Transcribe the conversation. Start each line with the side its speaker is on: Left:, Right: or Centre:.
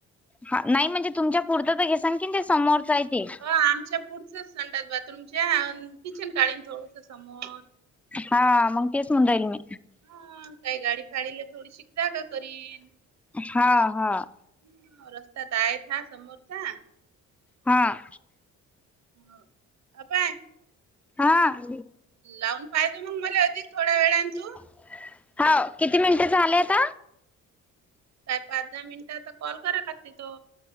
Centre: हा नाही म्हणजे तुमच्या पुरतं तर घेसान की ते समोरचं आहे ते.
Right: हो आमच्या पुढचच संतात बाथरूमच्या किचन काढन थोडस समोर.
Centre: हा मग केस म्हण राईल मी.
Right: ह काही गाडी फाडीला थोडी शिकता का करीन.
Centre: हां हां.
Right: हं, रस्ता तर आहेच हा समोरचा.
Centre: हां.
Right: <unintelligible>
Centre: हां.
Right: लावून पाहिजे मग मला होती थोड्या वेळान तू.
Centre: हो किती मिनिटे झाले आता?
Right: काय पाच दहा मिनिटाचा कॉल कराय लागते तो.